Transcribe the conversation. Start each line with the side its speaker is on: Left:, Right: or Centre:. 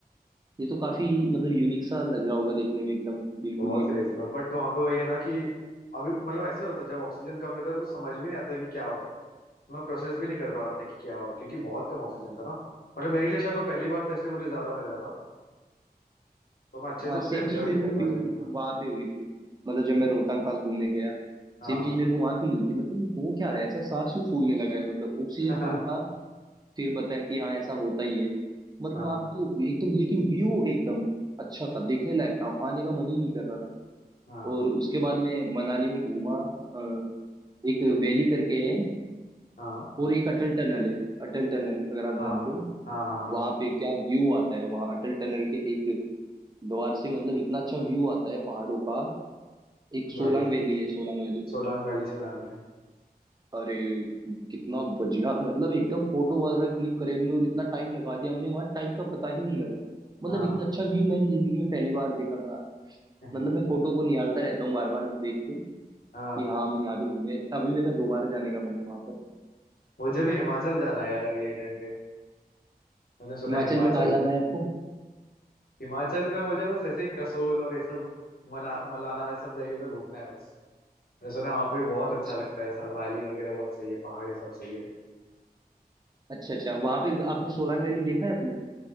Right: ये तो काफी मतलब यूनिक सा लग रहा होगा देखने में एकदम बिल्कुल
Left: बहुत
Right: ही
Left: क्रेजी था बट वहाँ पे वही है ना कि अभी मतलब ऐसे होता है, जब ऑक्सीजन कम रहता है तो समझ भी नहीं आता कि क्या हो रहा है मैं प्रोसेस भी नहीं कर पा रहा था कि क्या हो रहा है क्योंकि बहुत कम ऑक्सीजन था ना मतलब मेरे लिए शायद वो पहली बार था इसलिए मुझे ज्यादा लग रहा था तो मैं अच्छे
Right: हाँ
Left: से उसको
Right: सेम
Left: एंजॉय
Right: चीज मेरे
Left: नहीं
Right: को
Left: कर पाया
Right: फील
Left: जगह का
Right: वहां पे हुई थी मतलब जब मैं रोहतांग पास घूमने गया
Left: हाँ
Right: सेम चीज मेरे को वहां फील हुई थी मैं कहा, ये हो क्या रहा है ऐसा सांस क्यों फूलने लगा है मतलब ऑक्सीजन
Left: <laughs> हाँ
Right: कम था फिर बताया कि हाँ ऐसा होता ही है मतलब
Left: हाँ
Right: वहां पे तो एकदम लेकिन व्यू एकदम अच्छा था देखने लायक था आने का मन ही नहीं कर रहा था
Left: हाँ
Right: और उसके बाद मैं मनाली में घूमा अ, एक वैली करके है
Left: हाँ
Right: और एक अटल टनल है अटल टनल अगर आप
Left: हाँ
Right: जानते हो
Left: हाँ हाँ हाँ
Right: वहां पे क्या व्यू आता है वहां अटल टनल के एक द्वार से मतलब इतना अच्छा व्यू आता है पहाड़ों का एक सोलांग
Left: बढ़िया
Right: वैली है सोलांग वैली
Left: सोलांग वैली सुना है मैंने
Right: अरे कितना बढ़िया मतलब एकदम फोटो वगैरह क्लिक करे हमने और इतना टाइम लगा दिया हमने वहां टाइम का पता ही नहीं लगा मतलब
Left: हाँ
Right: इतना अच्छा व्यू मैंने जिंदगी में पहली बार देखा था
Left: <laughs>
Right: मतलब मैं फोटो को निहारता रहता हूँ बार बार देख के
Left: हाँ
Right: कि हाँ हम यहाँ भी घूमे अभी मेरा दोबारा जाने का मन है वहां पर
Left: मुझे भी हिमाचल जाना है यार अभी ये टाइम पे मैंने सुना
Right: हिमाचल
Left: है हिमाचल
Right: में कहाँ जाना है आपको
Left: हिमाचल में मुझे बस ऐसे ही कसोल और ये सब मना मलाना ये सब जगह पे घूमना है बस मैंने सुना है वहाँ पे बहुत
Right: अच्छा
Left: अच्छा लगता है सब वैली वगैरह बहुत सही है पहाड़ ये सब सही है
Right: अच्छा अच्छा वहां पे
Left: हम्म।
Right: आपने सोलांग वैली देखा है आपने